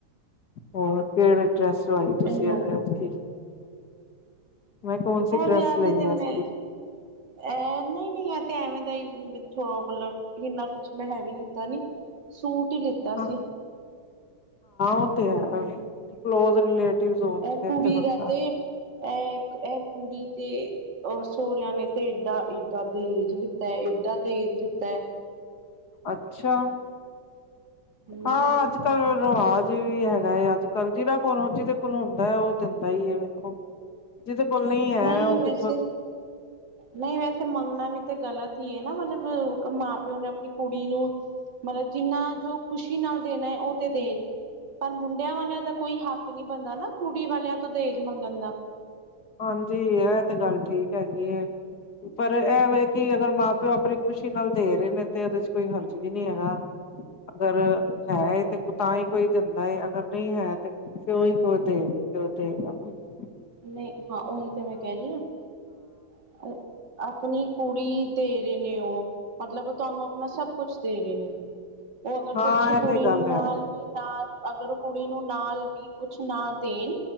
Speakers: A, on the left; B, on the right.
A: ਹੋਰ ਕਿਹੜੇ
B: ਹਮ
A: ਡਰੈਸ ਸਵਾਈ ਤੁਸੀਂ?
B: ਇਨਾ
A: ਮੈਂ ਕੌਣ ਸੀ 'ਡਰੈਸ'
B: ਵਿਆਹ
A: ਲਈ
B: ਤੇ ਤੇ
A: ਹੈ
B: ਮੈਂ
A: ਇਸ ਕੀ।
B: ਇਹ ਨਹੀਂ, ਨਹੀਂ ਆ ਤੇ ਐਵੇਂ ਦਾ ਹੀਥ ਮਤਲਬ ਇੰਨਾ ਕੁਛ ਮੈਂ ਹੈ ਵੀ ਲਿਤਾ ਨੀ। ਸੂਟ ਹੀ ਲਿੱਤਾ ਸੀ
A: ਹਾਂ ਉਹ ਤੇ
B: ਹਮ
A: ਹੈ ਕਲੋ। ਫਿਰ
B: ਇਹ ਕੁੜੀ
A: ਤੇ ਬੰਦਾ
B: ਦਾ
A: <unintelligible>
B: ਇਹ, ਇਹ ਕੁੜੀ ਦੇ। ਅਹ ਸੋਹੁਰਿਆਂ ਨੇ ਤੇ ਏਡਾ- ਏਡਾ 'ਦਹੇਜ' ਲਿੱਤਾ, ਏਡਾ ਦਹੇਜ ਲਿੱਤਾ।
A: ਅੱਛਾ।
B: ਹਮ <inaudible>
A: ਹਾਂ, ਅੱਜ - ਕੱਲ ਰਿਵਾਜ ਵੀ ਹੈਗਾ ਏ, ਅੱਜ ਕੱਲ ਜਿਹਨਾਂ ਕੋਲ ਜਿਹਦੇ ਕੋਲ ਹੁੰਦਾ ਉਹ ਦਿੰਦਾ ਹੀ ਹੈ ਵੇਖੋ। ਜਿਹਦੇ ਕੋਲ ਨ ਹੈ
B: ਨਹੀਂ
A: ਉਹ
B: ਵੈਸੇ
A: ਕਿੱਥੋਂ?
B: ਨਹੀਂ ਵੈਸੇ ਮੰਗਣਾ ਵੀ ਤੇ ਗ਼ਲਤ ਹੀ ਹੈ। ਨਾ ਮਤਲਬ ਮਾਂ - ਪਿਓ ਨੇ ਆਪਣੀ ਕੁੜੀ ਨੂੰ ਮਤਲਬ ਜਿੰਨਾ ਜੋ 'ਖ਼ੁਸ਼ੀ' ਨਾਲ ਦੇਣਾ ਹੈ ਉਹ ਤੇ ਦੇਣ। ਪਰ ਮੁੰਡਿਆਂ ਵਾਲਿਆਂ ਦਾ ਕੋਈ ਹੱਕ ਨਹੀਂ ਬਣਦਾ ਨਾ। ਕੁੜੀ ਵਾਲਿਆਂ ਤੋਂ ਦਾਜ ਮੰਗਣ ਦਾ?
A: ਹਾਂਜੀ, ਇਹ ਤੇ ਗੱਲ ਠੀਕ ਹੈਗੀ ਏ। ਪਰ ਇਹਵੇ ਕਿ ਅਗਰ ਮਾਂ - ਪਿਓ ਆਪਣੀ 'ਖੁਸ਼ੀ' ਨਾਲ ਦੇ ਰਹੇ ਨੇ ਤੇ ਉਹਦੇ ਚ ਕੋਈ ਹਰਜ਼ ਵੀ ਨਹੀਂ ਹੈਗਾ। ਅਗਰ ਹੈ ਤੇ ਤਾਂ ਹੀ ਕੋਈ ਦਿੰਦਾ ਹੈ। ਅਗਰ ਨਹੀਂ ਹੈ ਤੇ ਫਉਂ ਹੀ ਕੋ ਤੇ ਕਿਉਂ ਤੇ ਆਪ <unintelligible>
B: ਨਹੀਂ ਹਾਂ, ਉਹੀ ਤਾਂ ਮੈਂ ਕਹਿ ਰਹੀ ਹਾਂ। ਆਪਣੀ ਕੁੜੀ ਦੇ ਰਹੇ ਨੇ ਉਹ। ਮਤਲਬ ਉਹ ਤੁਹਾਨੂੰ ਆਪਣਾ ਸਭ ਕੁਛ ਦੇ ਰਹੇ ਨੇ, ਉਹ ਅਗਰ
A: ਹਾਂ
B: ਕੁਛ
A: ਇਹ
B: 'ਕੁੜੀ'
A: ਤੇ ਗੱਲ
B: ਨੂੰ ਨਾਲ
A: ਹੈ
B: ਨਾ ਅਗਰ ਕੁੜੀ ਨੂੰ ਨਾਲ ਵੀ ਕੁਛ ਨਾ ਦੇਣ।